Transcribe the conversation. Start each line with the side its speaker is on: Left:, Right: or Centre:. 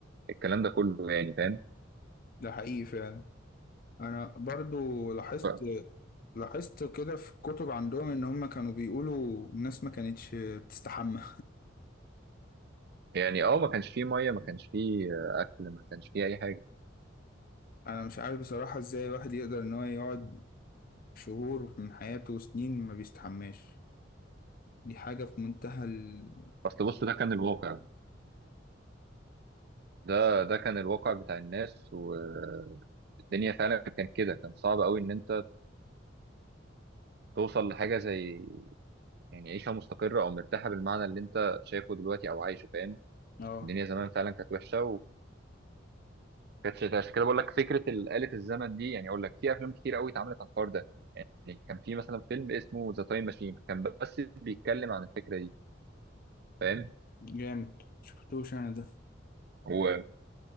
Right: الكلام ده كله يعني فاهم
Left: ده حقيقي فعلا انا برضو لاحظت
Right: ف-
Left: لاحظت كده في كتب عندهم ان هم كانوا بيقولوا الناس ما كانتش بتستحمى
Right: يعني اه ما كانش فيه ميه ما كانش فيه آه، اكل ما كانش فيه اي حاجه
Left: انا مش عارف بصراحة ازاي واحد يقدر ان هو يقعد شهور من حياته وسنين ما بيستحماش دي حاجة في منتهى ال
Right: اصل بص ده كان الواقع ده ده كان الواقع بتاع الناس والدنيا فعلا كان كده كان صعب قوي ان انت توصل لحاجه زي يعني عيشه مستقره او مرتاحه بالمعنى اللي انت شايفه دلوقتي او عايشه فاهم
Left: اه
Right: الدنيا زمان فعلا كانت وحشه وكانتش ده. عشان كده بقول لك فكره ال- آلة الزمن دي يعني اقول لك في افلام كتير قوي اتعملت عن الحوار ده يعني كان في مثلا فيلم اسمه ذا تايم ماشين كان بس بيتكلم عن الفكره دي فاهم
Left: جامد شفتوش انا ده
Right: و